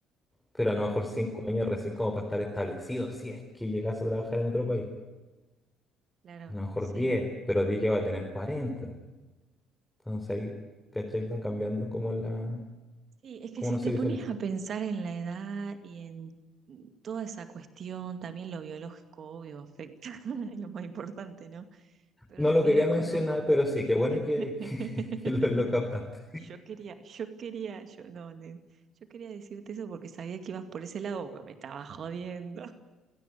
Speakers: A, in the centre; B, on the right (about 45°).
A: Pero
B: Ujú.
A: a lo mejor cinco años recién como para estar establecido, si es que llegas a trabajar en otro país.
B: Claro,
A: a lo mejor
B: sí.
A: 10, pero 10 ya va a tener cuarenta, Entonces ahí, ¿cachai? Va cambiando como la,
B: Sí, es
A: cómo
B: que si
A: no se
B: te
A: visualiza.
B: pones a pensar en la edad y en toda esa cuestión, también lo biológico, obvio, afecta, <laughs> es lo más importante, ¿no? Pero
A: No
B: también
A: lo quería
B: lo económico.
A: mencionar, pero sí, qué bueno que,
B: <laughs>
A: que, <laughs> que lo, lo captaste.
B: Yo quería, yo quería, yo no, ne- yo quería decirte eso porque sabía que ibas por ese lado, pero me estaba jodiendo.